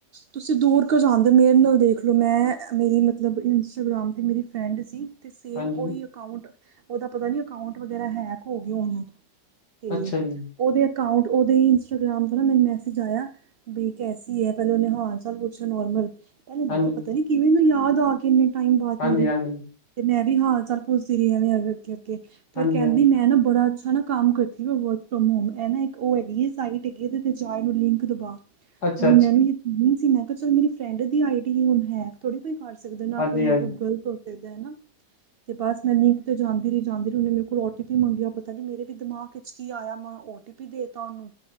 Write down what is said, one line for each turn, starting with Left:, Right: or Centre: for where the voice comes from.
Right: ਤੁਸੀਂ ਦੂਰ ਕਿਊ ਜਾਂਦੇ ਮੇਰੇ ਨਾਲ ਦੇਖਲੋ ਮੈਂ ਮੇਰੀ ਮਤਲਬ ਜਿਹੜੀ ਇੰਸਟਾਗ੍ਰਾਮ ਤੇ ਮੇਰੀ ਫਰੈਂਡ ਸੀ ਤੇ ਸੇਮ
Left: ਹਾਂਜੀ
Right: ਓਹੀ ਅਕਾਊਂਟ ਓਦਾ ਪਤਾ ਨੀ ਅਕਾਊਂਟ ਵਗੈਰਾ ਹੈਕ ਹੋ ਗਿਆ ਹੋਣਾ ਤੇ
Left: ਅੱਛਾ ਜੀ
Right: ਓਦੇ ਅਕਾਉਂਟ ਓਦੇ ਇੰਸਟਾਗ੍ਰਾਮ ਤੋਂ ਨਾ ਮੈਨੂੰ ਮੈਸੇਜ ਆਇਆ ਬੀ ਕੈਸੀ ਐ ਪੈਲੇ ਓਨੇ ਹਾਲ ਚਾਲ ਪੁੱਛਿਆ ਨੋਰਮਲ ਪੇਲੇ ਮੈਂ
Left: ਹਾਂਜੀ
Right: ਕਿਆ ਪਤਾ ਨੀ ਕਿਵੇਂ ਇਨੂੰ ਯਾਦ ਆ ਗੀ ਇੰਨੇ ਟਾਈਮ ਬਾਦ
Left: ਹਾਂਜੀ
Right: ਮੇਰੀ
Left: ਹਾਂਜੀ
Right: ਤੇ ਮੈਂ ਵੀ ਹਾਲ ਚਾਲ ਪੁੱਛਦੀ ਰਈ ਐਵੇ ਅੱਗੇ ਅੱਗੇ ਫੇਰ
Left: ਹਾਂਜੀ
Right: ਕੈਂਦੀ
Left: ਹਾਂਜੀ
Right: ਮੈਂ ਨਾ ਬੜਾ ਚ ਹਨਾ ਕੰਮ ਕਰਤੀ ਵ ਵਰਕ ਫਰੋਮ ਹੋਮ ਐਨਾ ਇੱਕ ਓ ਹੈਗੀ ਐ ਸਾਈਟ ਹੈਗੀ ਐ ਇਦੇ ਤੇ ਜਾ ਇਨੂੰ ਲਿੰਕ ਦਬਾ
Left: ਅੱਛਾ
Right: ਹੁਣ
Left: ਅੱਛਾ
Right: ਮੈਨੂੰ <unintelligible> ਯਕੀਨ ਸੀ ਮੈਂ ਕਾ ਚਲ ਮੇਰੀ ਫਰੈਂਡ ਦੀ ਆਈ ਟੀ ਹੁਣ ਹੈ ਥੋੜ੍ਹੀ ਕੋਈ ਕਰ ਸਕਦਾ ਨਾ
Left: ਹਾਂਜੀ
Right: ਕੋਈ
Left: ਹਾਂਜੀ
Right: ਮਤਲਬ ਗ਼ਲਤ ਹੋ ਸਕਦਾ ਹੈਨਾ ਤੇ ਬਸ ਮੈਂ ਨਿੰਕ ਤੇ ਜਾਂਦੀ ਰੀ ਜਾਂਦੀ ਰਈ ਉਨੇ ਮੇਰੇ ਕੋਲ ਓ ਟੀ ਪੀ ਮੰਗਿਆ ਪਤਾ ਨੀ ਮੇਰੇ ਵੀ ਦਿਮਾਗ ਵਿੱਚ ਕੀ ਆਇਆ ਮੈਂ ਓਟੀ ਪੀ ਦੇਤਾ ਓਨੂੰ